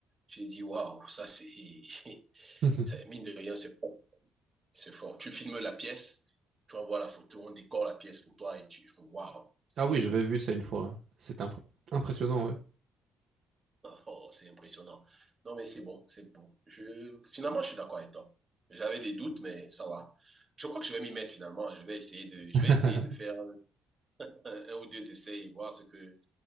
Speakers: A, on the right; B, on the right.
A: J'ai dit, waouh, ça c'est, <laughs>
B: Mhm.
A: mine de rien, c'est fort. C'est fort. Tu filmes la pièce, tu envoies la photo, on décore la pièce pour toi et tu, waouh, c'est,
B: Ah oui, j'avais vu ça une fois. C'est impré- impressionnant, ouais.
A: <laughs> oh, c'est impressionnant. Non, mais c'est bon, c'est bon. Je, finalement, je suis d'accord avec toi. J'avais des doutes, mais ça va. Je crois que je vais m'y mettre finalement. Je vais essayer de, je
B: <laughs>
A: vais essayer de faire un, un ou deux essais et voir ce que,